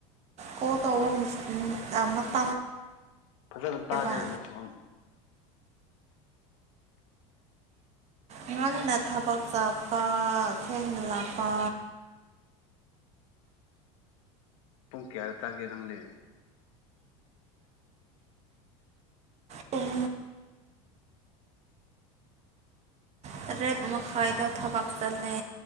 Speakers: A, on the right; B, on the left.
A: ꯀꯣꯜ ꯇꯧꯕ ꯃꯇꯝ
B: ꯐꯖꯅ ꯇꯥꯗꯦ
A: ꯂꯩꯕ
B: ꯅꯈꯣꯜ
A: ꯉꯟꯅ ꯊꯕꯛ ꯆꯠꯄ ꯊꯦꯡꯅ ꯂꯥꯛꯄ
B: ꯄꯨꯡ ꯀꯌꯥꯗ ꯆꯠꯀꯦ ꯅꯪꯗꯤ
A: ꯄꯨꯡ ꯇꯔꯦꯠ ꯃꯈꯥꯏꯗ ꯊꯕꯛ ꯆꯠꯂꯦ